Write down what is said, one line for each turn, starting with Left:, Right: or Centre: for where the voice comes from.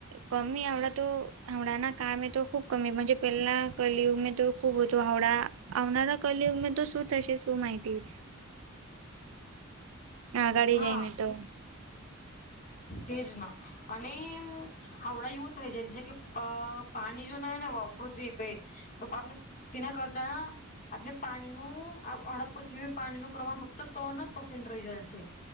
Right: કમી એવડા તો આવડા અમારે કારણે. તો ખૂબ કમીજ પહેલા કલયુગમાં તો ખૂબ હો હતો આવડા આવનારા કલયુગમાં તો સુદ થશે શું માહિતી
Left: <inaudible>
Right: આ ગાડી
Left: હા
Right: જાયને તો
Left: તેજ ના અને એમ હાવડા યુવથ હોય જેમ છે અ પાણી જો ના હ ને વાપરું થ પે તો ને કે ના કરતા આપણે પાણીનું હડદ પ પાણીનું પ્રમાણ ફક્ત ત્રણ જ પસન્ટ રહી જયેલ છે